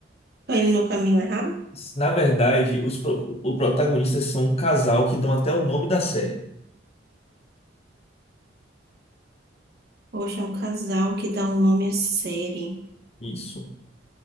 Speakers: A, on the right; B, on the left.
A: Tô indo no caminho errado?
B: Na verdade, os pro- o protagonistas são um casal que dão até o nome da série.
A: Poxa, é um casal que dá um nome à série.
B: Isso.